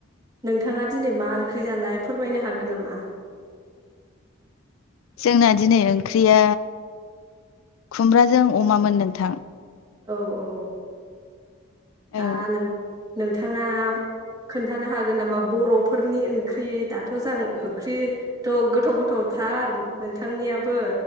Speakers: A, on the right; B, on the left.
A: नोंथाङा दिनै मा ओंख्रि जानाय फोरमायनो हागोन नामा?
B: जोंना दिनै ओंख्रिया खुमब्राजों अमामोन नोंथां।
A: औ औ। दा
B: औ
A: नों नोंथाङा खोन्थानो हागोन नामा बरफोरनि ओंख्रि दाथ जाओंख्रियाथ गोथाव गोथावथार नोंथांनियाबो